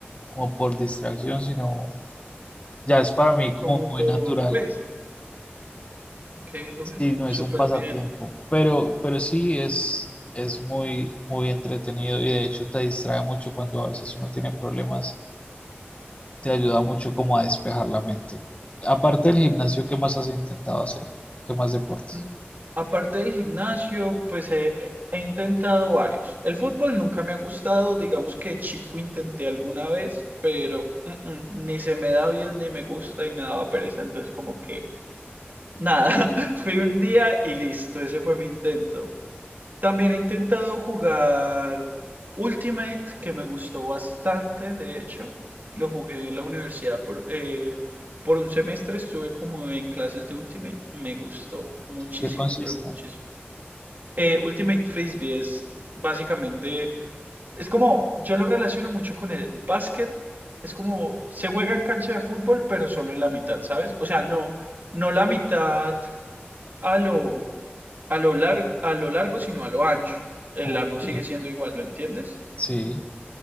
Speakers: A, on the left (about 30°); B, on the right (about 50°).
A: como por distracción, sino ya es para mí como
B: Como
A: muy
B: por,
A: natural.
B: pues, ok,
A: Sí,
B: uy,
A: no
B: súper
A: es un pasatiempo,
B: bien.
A: pero, pero sí es, es muy, muy entretenido y de hecho te distrae mucho cuando a veces uno tiene problemas, te ayuda mucho
B: Mm,
A: como a despejar la mente. Aparte del gimnasio, ¿qué más has intentado hacer? ¿Qué más deportes?
B: mm. Aparte del gimnasio, pues he, he intentado varios. El fútbol nunca me ha gustado, digamos que chico intenté alguna vez, pero mm, mm, ni se me da bien ni me gusta y me daba pereza, entonces como que Nada, <laughs> fui un día y listo, ese fue mi intento. También he intentado jugar Ultimate, que me gustó bastante, de hecho. Lo jugué en la universidad por, eh, por un semestre, estuve como en clases de Ultimate, me gustó muchísimo,
A: ¿Qué consiste?
B: pero muchísimo. Eh, Ultimate Frisbee es básicamente, es como, yo lo relaciono mucho con el básquet, es como, se juega en cancha de fútbol, pero solo en la mitad, ¿sabes? O sea, no, no la mitad a lo, a lo lar- a lo largo, sino a lo ancho. El
A: Ok,
B: largo sigue siendo igual, ¿lo entiendes?
A: Sí,